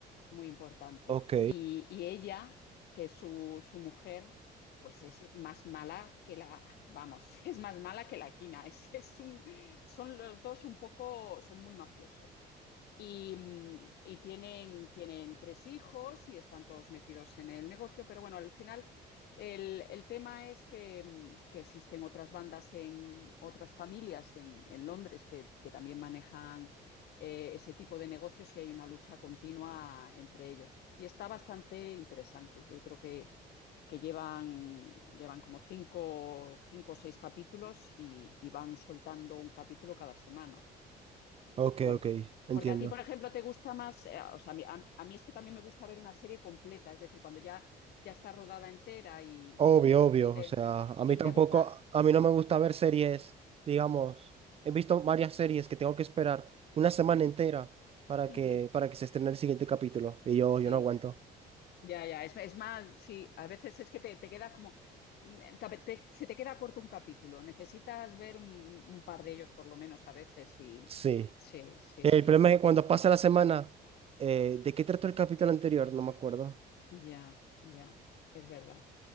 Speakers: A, on the left; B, on the right.
A: muy importante.
B: ok,
A: Y, y ella, que es su, su mujer, pues es más mala que la, vamos, <laughs> es más mala que la quina. Es, es un, son los dos un poco, son muy mafiosos. Y, mm, y tienen, tienen tres hijos y están todos metidos en el negocio, pero bueno, al final el, el tema es que, mm, que existen otras bandas en otras familias en, en Londres que, que también manejan eh, ese tipo de negocios y hay una lucha continua entre ellos. Y está bastante interesante. Yo creo que, que llevan, llevan como cinco, cinco o seis capítulos y, y van soltando un capítulo cada semana.
B: ok,
A: Porque,
B: ok, entiendo.
A: porque a ti, por ejemplo, te gusta más, eh, o sea, a mí, a- a mí es que también me gusta ver una serie completa, es decir, cuando ya, ya está rodada entera y,
B: Obvio,
A: y-
B: obvio,
A: y te,
B: o sea, a
A: y
B: mí tampoco,
A: te gusta.
B: a mí no me gusta ver series, digamos, he visto varias series que tengo que esperar una semana entera para
A: Ujú,
B: que, para que se estrene el siguiente capítulo, y yo,
A: Sí,
B: yo no aguanto.
A: ya, ya, es, es más, sí, a veces es que te, te queda como, mm, te- te- se te queda corto un capítulo, necesitas ver un, un par de ellos por lo menos a veces y
B: Sí.
A: sí, sí,
B: El
A: sí,
B: problema es que cuando pasa la semana, eh, ¿de qué trató el capítulo anterior? No me acuerdo.
A: ya, ya, es verdad.